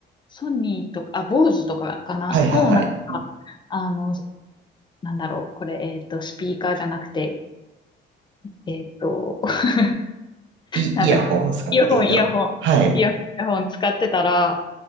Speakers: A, on the left (about 25°); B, on the right (about 70°).
A: ソニーとか、あ、Bose とかかなの、
B: はいはいはい。
A: なんか、あの、なんだろう、これ、えっと、スピーカーじゃなくて、えっと、<laughs>
B: イ、
A: なんだっけ、
B: イヤホンですかね。
A: イヤホン、
B: えーと、
A: イヤホン、
B: はい。
A: イヤホン、イヤホン使ってたら、